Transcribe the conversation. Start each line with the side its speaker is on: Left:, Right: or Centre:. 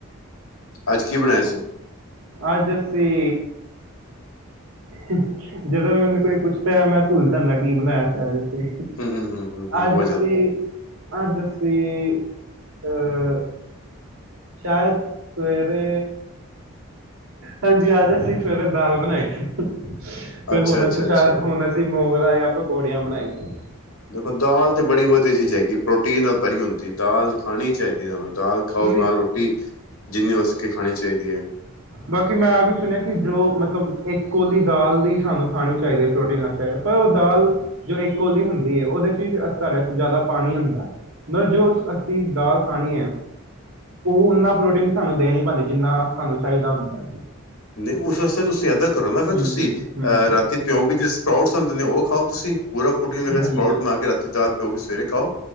Left: ਅੱਜ ਕੀ ਬਣਾਯਾ ਸੀ?
Right: ਅਜ ਅਸੀਂ ਹੂੰ, ਜਦੋਂ ਵੀ ਮੈਨੂੰ ਕੋਈ ਪੁੱਛਦਾ, ਮੈਂ ਭੁੱਲ ਜਾਦਾ ਕੀ ਬਣਾਇਆ ਸੀ ਅੱਜ ਅਸੀਂ।
Left: ਹੂੰ ਹੂੰ ਹੂੰ ਹੂੰ ਹੂੰ ਹੋ
Right: ਅੱਜ
Left: ਜਾਂਦਾ
Right: ਅਸੀਂ,
Left: ਹੈ।
Right: ਅੱਜ ਅਸੀਂ ਅਹ ਸ਼ਾਇਦ ਸਵੇਰੇ ਹਾਂਜੀ, ਆਜ ਅਸੀਂ ਸਵੇਰੇ ਦਾਲ ਬਣਾਈ ਸੀ, ਤੇ
Left: ਅੱਛਾ
Right: ਹੁਣ
Left: ਅੱਛਾ
Right: ਅਸੀਂ ਸ਼ਾਇਦ
Left: ਅੱਛਾ।
Right: ਹੁਣ ਅਸੀਂ ਮੋੰਗਰਾ ਯਾ ਪਕੌੜੀਆਂ ਬਣਾਈਆਂ।
Left: ਦੇਖੋ ਦਾਲ ਤੇ ਬੜੀ ਵਧੀਆ ਚੀਜ਼ ਹੈਗੀ ਏ, ਪ੍ਰੋਟੀਨ ਨਾਲ ਭਰੀ ਹੁੰਦੀ ਏ ਦਾਲ ਖਾਣੀ ਹੀ ਚਾਈਦੀ ਏ ਸਾਨੂੰ। ਦਾਲ ਖਾਓ,
Right: ਨਹੀਂ
Left: ਨਾਲ ਰੋਟੀ, ਜਿੰਨੀ ਹੋ ਸਕੇ ਖਾਣੀ ਚਾਈਦੀ ਏ।
Right: ਬਾਕੀ ਮੈਂ ਆ ਵੀ ਸੁਣਿਆ ਕਿ ਜੋ ਮਤਲਬ ਇੱਕ ਕੋਲੀ ਦਾਲ ਦੀ ਸਾਨੂੰ ਖਾਣੀ ਚਾਈਦੀ ਏ, ਪ੍ਰੋਟੀਨ ਅਸ ਪੇ ਪਰ ਔ ਦਾਲ, ਜੋ ਏਕ ਕੋਲੀ ਹੁੰਦੀ ਏ, ਓਦੇ 'ਚ ਵੀ ਅਸਧਰੇਕ ਜਿਆਦਾ ਪਾਣੀ ਹੁੰਦਾ। ਮਤਲਬ ਜੋ ਅਸੀਂ ਦਾਲ ਖਾਣੀ ਐ ਓਹ ਉਨਾ ਪ੍ਰੋਟੀਨ ਸਾਨੂੰ ਦੇ ਨੀ ਪਾਂਦੀ, ਜਿੰਨਾ ਸਾਨੂੰ ਚਾਹੀਦਾ ਹੁੰਦਾ।
Left: ਨਹੀਂ, ਉਸ ਅਸਤੇ ਤੁਸੀਂ ਐਦਾਂ ਕਰੋ ਨਾ ਫੇਰ
Right: ਹੂੰ
Left: ਤੁਸੀਂ
Right: ਹੂੰ
Left: ਅਹ ਰਾਤੀ ਭਿਉ ਕੇ ਜੇੜੇ ਸਪ੍ਰਾਉਟਸ ਹੁੰਦੇ ਨੇ ਓਹ ਖਾਓ ਤੁਸੀਂ, ਪੂਰਾ ਪ੍ਰੋਟੀਨ ਹੈਗਾ ਸਪ੍ਰਾਉਟ
Right: ਹਾਂਜੀ
Left: ਬਣਾ ਕੇ ਰਾਤੀ ਦਾਲ ਭਿੳਉ ਕੇ ਸਵੇਰੇ ਖਾਓ,